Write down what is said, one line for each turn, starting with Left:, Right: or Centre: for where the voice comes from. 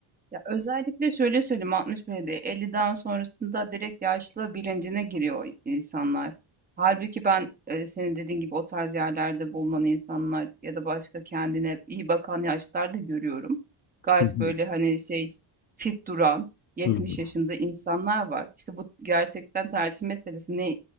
Right: Ya özellikle şöyle söyleyeyim 60 böyle 50'den sonrasında direkt yaşlı bilincine giriyor insanlar. Halbuki ben e, senin dediğin gibi o tarz yerlerde bulunan insanlar ya da başka kendine iyi bakan yaşlılar da görüyorum. Gayet
Left: Hı hı.
Right: böyle hani şey fit duran 70
Left: Hı hı.
Right: yaşında insanlar var. İşte bu gerçekten tercih meselesi. Ne,